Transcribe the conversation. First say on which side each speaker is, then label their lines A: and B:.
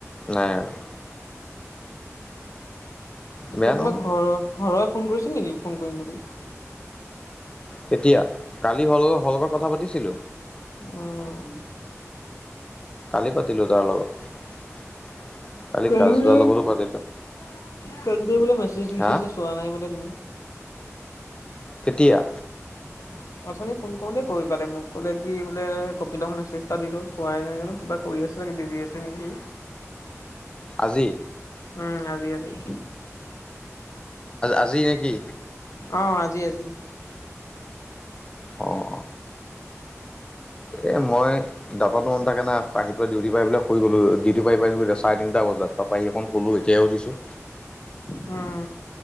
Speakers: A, on the left; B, on the left.
A: নাই আৰু।
B: তাকে
A: বেয়া
B: তোমাক
A: নহয়
B: ঘৰৰ, ঘৰৰে ফোন কৰিছিল নেকি, ফোন কৰিম বুলি?
A: কেতিয়া, কালি হ'ল হলকৈ কথা পাতিছিলো।
B: উম,
A: কালি পাতিলোঁ তাৰ লগত। কালি
B: <inaudible> মেছেজ
A: কাজদাৰ লগতো পাতিলোঁ
B: দি থৈছে
A: হা
B: চোৱা নাই বোলে তুমি।
A: কেতিয়া?
B: <inaudible> অথনি ফোন কৰোঁতেই কৈ পালে মোক, কলে কি বোলে কপিতক মেছেজ এটা দিলো, চোৱাই নাই জানো। কিবা কৰি আছে, চাগে বিজি আছে নেকি?
A: আজি?
B: উম, আজি আজি।
A: আজি নেকি?
B: অ, আজি আজি।
A: অ, এই মই দাটাতো, মনত থাকে না, আহি পেলাই ডিউটি পাই পাই শুই গ'লো <unintelligible> চাৰে তিনিটা বজাত, তাৰপৰা আহি ফোন কৰিলোঁ কলোঁ এতিয়াহে উঠিছোঁ।
B: উম,